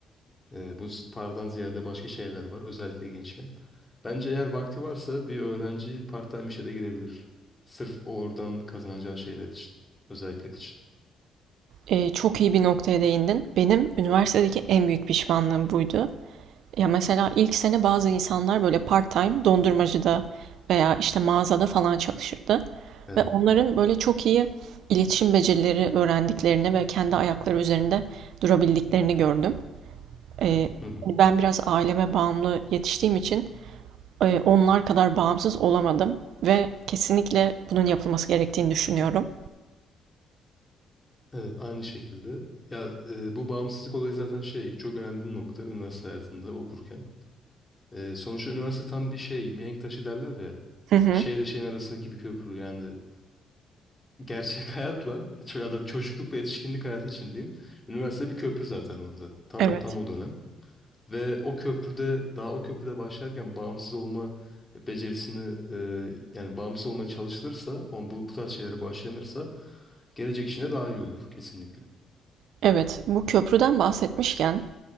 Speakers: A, on the left; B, on the right.
A: Ee, bu paradan ziyade başka şeyler var özellikle gençken. Bence eğer vakti varsa bir öğrenci part-time işe de girebilir. Sırf oradan kazanacağı şeyler için. Özellikler için.
B: E, çok iyi bir noktaya değindin. Benim üniversitedeki en büyük pişmanlığım buydu. Ya mesela ilk sene bazı insanlar böyle part-time dondurmacıda veya işte mağazada falan çalışırdı.
A: Evet.
B: Ve onların böyle çok iyi iletişim becerileri öğrendiklerini ve kendi ayakları üzerinde durabildiklerini gördüm. Ee,
A: Hı hı.
B: hani ben biraz aileme bağımlı yetiştiğim için e, onlar kadar bağımsız olamadım ve kesinlikle bunun yapılması gerektiğini düşünüyorum.
A: Evet aynı şekilde. Ya e, bu bağımsızlık olayı zaten şey çok önemli bir nokta üniversite hayatında okurken. E, sonuçta üniversite tam bir şey mihenk taşı derler ya.
B: Hı hı.
A: Şeyle şeyin arasındaki bir köprü yani gerçek <laughs> hayatla ya da çocuklukla yetişkinlik hayatı için diyeyim. Üniversite bir köprü zaten orada. Tam
B: Evet.
A: o, tam o dönem. Ve o köprüde daha o köprüde başlarken bağımsız olma becerisini e, yani bağımsız olmaya çalışılırsa on, bu, bu tarz şeylere başlanırsa gelecek işine daha iyi olur kesinlikle.
B: Evet, bu köprüden bahsetmişken